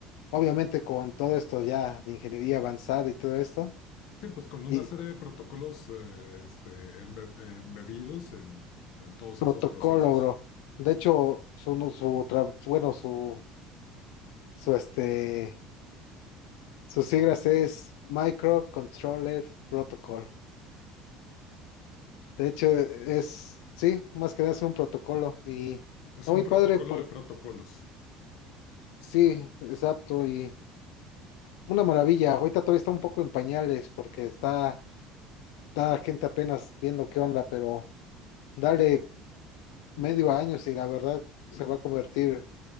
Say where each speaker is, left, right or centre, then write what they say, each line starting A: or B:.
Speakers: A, on the left (about 85°); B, on the left (about 60°).
A: obviamente con todo esto ya de ingeniería avanzada y todo esto.
B: Sí, pues con una
A: Y
B: serie de protocolos eh, este, embe- eh, embebidos en, en todos
A: protocolo,
B: esos procesos.
A: bro. De hecho, su, no, su, tra- bueno, su, su este Sus siglas es Microcontroller Protocol. De hecho, es, sí, más que nada es un protocolo y
B: Es
A: está
B: un
A: muy
B: protocolo
A: padre por,
B: de protocolos.
A: sí, exacto, y una maravilla. Ahorita todavía está un poco en pañales porque está, está la gente apenas viendo qué onda, pero dale medio año y la verdad
B: Mm,
A: se va a convertir